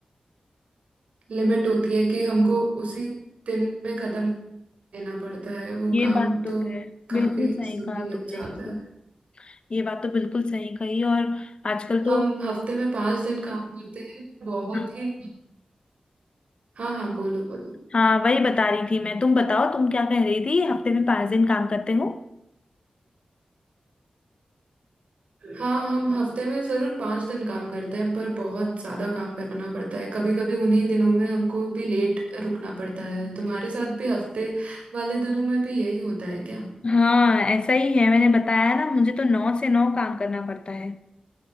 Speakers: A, on the right; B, on the left.
A: लिमिट होती है कि हमको उसी दिन में खत्म देना पड़ता है वो
B: ये
A: काम
B: बात तो
A: तो
B: है
A: काफी
B: बिल्कुल सही
A: समय
B: कहा तुमने
A: लग जाता
B: ये तो
A: है
B: ये बात तो बिल्कुल सही कही और आजकल
A: हम
B: तो
A: हफ्ते में पांच दिन काम करते हैं बहुत
B: हाँ
A: ही हाँ हाँ बोलो बोलो
B: हाँ, वही बता रही थी मैं तुम बताओ तुम क्या कह रही थी हफ्ते में पांच दिन काम करते हो
A: हाँ हम हफ्ते में जरूर पाँच दिन काम करते हैं पर बहुत ज्यादा काम करना पड़ता है कभी कभी उन्हीं दिनों में हमको भी लेट रुकना पड़ता है तुम्हारे साथ भी हफ्ते वाले दिनों में भी यही होता है क्या
B: हाँ ऐसा ही है मैंने बताया ना मुझे तो नौ से नौ काम करना पड़ता है